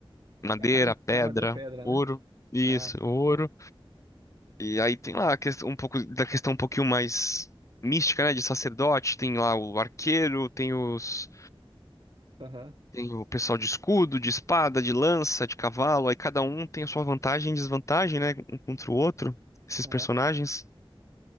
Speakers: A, on the left; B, on the right.
A: madeira,
B: A carne,
A: pedra,
B: carne, madeira, pedra,
A: ouro,
B: né?
A: isso,
B: Ah,
A: ouro.
B: aham,
A: E aí tem lá a questão, um pouco da questão um pouquinho mais mística, né, de sacerdote, tem lá o arqueiro, tem os
B: aham,
A: tem o pessoal de escudo, de espada, de lança, de cavalo, aí cada um tem a sua vantagem e desvantagem, né, um contra o outro, esses
B: aham.
A: personagens.